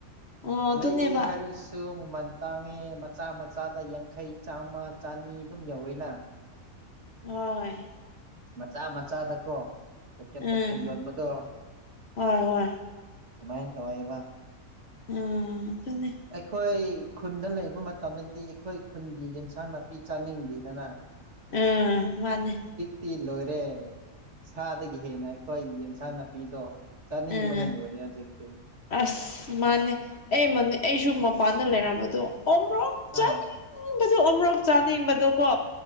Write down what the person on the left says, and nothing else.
ꯑꯣ ꯑꯗꯨꯅꯦꯕ
ꯍꯣꯏ
ꯎꯝ
ꯍꯣꯏ ꯍꯣꯏ
ꯑ ꯑꯗꯨꯅꯦ
ꯎꯝ ꯃꯥꯅꯦ
ꯎꯝ
ꯑꯁ ꯃꯥꯅꯦ ꯑꯦ ꯃꯅꯦ ꯑꯩꯁꯨ ꯃꯄꯥꯟꯗ ꯂꯩꯔꯝꯕꯗꯣ ꯑꯣ꯭ꯔꯣ ꯆꯅꯤ
ꯆꯕꯗ ꯑꯃꯨꯔꯛ ꯆꯥꯅꯤꯡꯕꯗꯣꯀꯣ